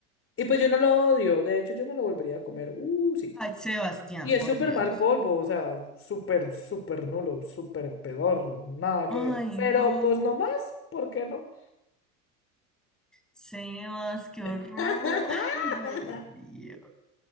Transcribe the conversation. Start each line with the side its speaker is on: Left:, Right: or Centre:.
Left: Y pues yo no lo odio, de hecho yo me lo volvería a comer, uh, sí.
Centre: Ay, Sebastián,
Left: Y es
Centre: por
Left: súper
Centre: Dios.
Left: mal polvo, o sea, súper, súper nulo, súper pedorro, nada
Centre: Ay,
Left: que ver. Pero
Centre: no.
Left: pues no más, ¿por qué no?
Centre: Sebas, qué horror.
Left: <laughs>
Centre: <laughs> Dios mío.